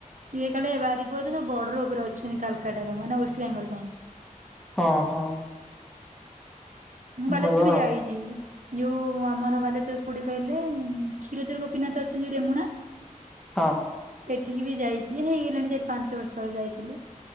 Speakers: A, on the right (about 65°); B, in the centre.
A: ସିଏ କାଳେ ବାରିପଦାର ବର୍ଡର ଉପରେ ଅଛନ୍ତି କାଲ୍କାଟା ର ମାନେ ୱେଷ୍ଟବେଙ୍ଗଲ ପାଇଁ।
B: ହଁ ହଁ!
A: ମୁଁ ବାଲେଶ୍ର
B: ଭଲ
A: ବି
B: ଆଉ
A: ଯାଇଛି। ଯୋଉ ଆମର ବାଲେଶ୍ୱର କୋଉଠି କହିଲେ? କ୍ଷୀରଚୋରା ଗୋପୀନାଥ ଅଛନ୍ତି ଜଉ ରେମୁଣା!
B: ହଁ!
A: ସେଠିକି ବି ଯାଇଛି ହେଇଗଲାଣି ଚାରି ପାଞ୍ଚ ବର୍ଷ ତଳେ ଯାଇଥିଲି।